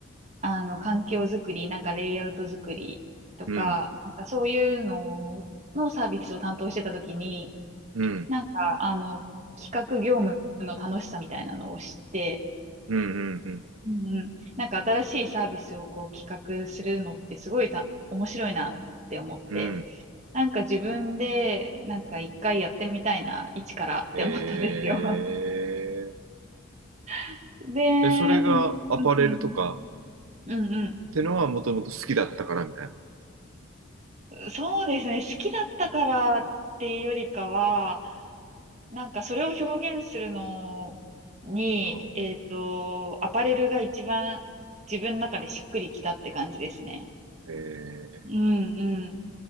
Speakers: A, on the right; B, on the right.
A: あの、環境づくり、なんかレイアウトづくりとか、
B: うん
A: なんかそういうののサービスを担当してたときに、
B: うん
A: なんか、あの、企画業務の楽しさみたいなのを知って、
B: うんうんう
A: うんうん。なんか新しいサービスをこう企画するのってすごいた面白いなって思って、
B: ん。うん。
A: なんか自分でなんか一回やってみたいな、一からって思ったんですよ。
B: ええ
A: <laughs> で、
B: で、それがアパレルとか、
A: なんうんうんうん
B: ってのはもともと好きだったからみたいな。
A: うん。そうですね。好きだったからっていうよりかは、なんかそれを表現するのに、
B: うん
A: えっと、アパレルが一番自分の中でしっくりきたって感じですね。
B: え
A: うんうん。